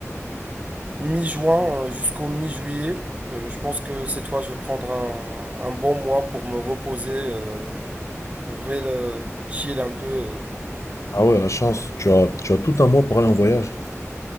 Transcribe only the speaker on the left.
Ah ouais, la chance. Tu as, tu as tout un mois pour aller en voyage.